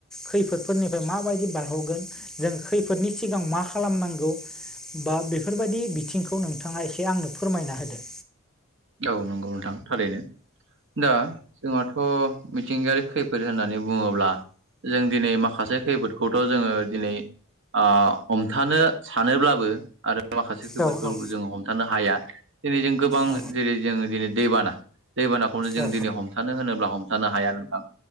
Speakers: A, in the centre; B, on the right.
A: खैफोदफोरनिफ्राय माबायदि बारहगोन जों खैफोदनि सिगां मा खालामनांगौ बा बेफोरबायदि बिथिंखौ नोंथाङा एसे आंनो फोरमायना होदो।
B: औ नंगौ नोंथां थारैनो। दा जोंहाथ' मिथिंगायारि खैफोद होननानै बुङोब्ला जों दिनै माखासे खैफोदखौथ' जोङो दिनै ओ हमथानो सानोब्लाबो आरो माखासे खैफोदखौ
A: औ औ
B: जोङो हमथानो हाया दिनै जों गोबां
A: औ
B: जेरै- जों दिनै दैबाना दैबानाखौनो जों
A: औ
B: दिनै हमथानो होनोब्ला हमथानो हाया नोंथां।